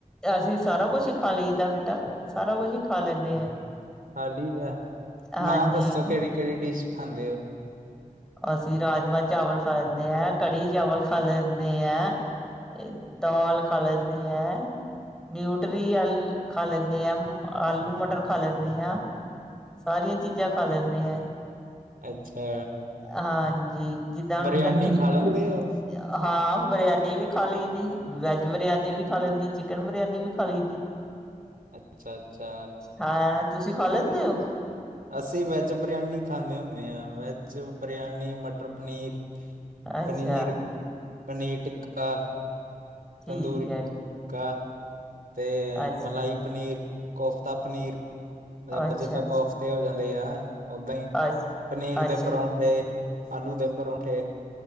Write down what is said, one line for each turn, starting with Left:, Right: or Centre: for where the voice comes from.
Centre: ਅਸੀਂ ਸਾਰਾ ਕੁਛ ਈ ਖਾ ਲਈਦਾ ਬੇਟਾ ਸਾਰਾ ਕੁਛ ਈ ਖਾ ਲੈਂਨੇ ਆਂ।
Right: ਖਾਲੀ ਐ ਹਾਂਜੀ -ਹਾਂਜੀ
Centre: ਹਾਂਜੀ
Right: ਨਾ ਦੱਸੋ ਕਹਿੜੀ ਕਹਿੜੀ ਡਿਸ਼ ਖਾਂਦੇ ਓ।
Centre: ਅਸੀਂ ਰਾਜਮਾਂ ਚਾਵਲ ਖਾ ਲੈਂਣੇ ਐਂ ਕੜੀ ਚਾਵਲ ਖਾ ਲੈਂਨੇ ਐਂ। ਏ ਦਾਲ਼ ਖਾ ਲੈਂਨੇ ਐਂ। ਨਿਊਟਰੀਅਲ ਖਾ ਲੈਂਨੇ ਆਂ ਮ ਆਲੂ ਮਟਰ ਖਾ ਲੈਂਨੇ ਆਂ। ਸਾਰੀਆਂ ਚੀਜਾਂ ਖਾ ਲੈਂਨੇ ਆਂ।
Right: ਅੱਛਾ।
Centre: ਅ ਹਾਂਜੀ ਜਿੱਦਾਂ ਹੁਣ
Right: ਬਰਿਆਨੀ
Centre: <unintelligible>
Right: ਖਾ ਲੈਂਦੇ ਹੋ
Centre: ਹਾਂ ਬਰੇਆਨੀ ਵੀ ਖਾ ਲਈ ਦੀ ਵੈਜ ਬਰੇਆਨੀ ਵੀ ਖਾ ਲੈਂਨੀ ਚਿਕਨ ਬਰੇਆਨੀ ਵੀ ਖਾ ਲਈ ਦੀ। <inaudible>
Right: ਅੱਛਾ- ਅੱਛਾ
Centre: ਹਾਂ ਯਾਰ ਤੁਸੀਂ ਖਾ ਲੈਂਦੇ ਓ।
Right: ਅਸੀਂ ਵੈਜ ਬਰਆਨੀ ਖਾਂਨੇ ਹੁੰਨੇ ਆਂ ਵੈਜ ਬਰੇਆਨੀ ਮਟਰ ਪਨੀਰ
Centre: ਅੱਛਾ
Right: ਪਨੀਰ ਪਨੀਰ ਟਿੱਕਾ
Centre: ਠੀਕ
Right: ਤੰਦੂਰੀ
Centre: ਹੈ
Right: ਟਿੱਕਾ ਤੇ
Centre: ਅੱਛਾ
Right: ਮਲਾਈ ਪਨੀਰ, ਕੋਫਤਾ ਪਨੀਰ ਤੇ
Centre: ਅੱਛਾ
Right: ਜਿੱਦਾਂ
Centre: ਅੱਛਾ
Right: ਕੋਫ ਤੇ ਹੋ ਜਾਂਦੇ ਆ ਓਦਾਂ ਈ
Centre: ਅੱਛਾ
Right: ਪਨੀਰ
Centre: ਅੱਛਾ
Right: ਦੇ ਪਰੌਂਠੇ ਆਲੂ ਦੇ ਪਰੌਂਠੇ,